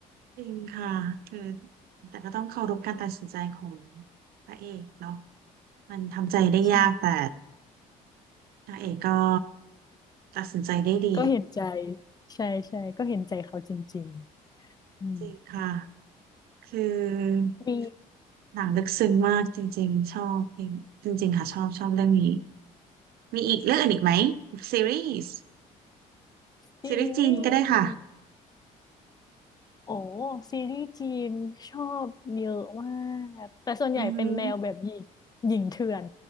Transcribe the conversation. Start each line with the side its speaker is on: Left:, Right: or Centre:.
Right: จริงค่ะคือแต่ก็ต้องเคารพการตัดสินใจของพระเอกเนาะมันทำใจได้ยากแต่
Left: ใช่
Right: พระเอกก็ตัดสินใจได้ดี
Left: ก็เห็นใจ ใช่ใช่ก็เห็นใจเขาจริงๆอืม
Right: จริงค่ะคือ
Left: มี
Right: หนังลึกซึ้งมากจริงๆชอบจริงจริงๆค่ะชอบชอบเรื่องนี้มีอีกเรื่องอื่นอีกไหมซีรีส์
Left: ซีรีส์
Right: ซีรีส์จีนก็ได้ค่ะ
Left: โอ้ซีรีส์จีนชอบเยอะมากแต่ส่วนใหญ่เป็นแนวแบบหญิงหญิงเถื่อน
Right: อือหือ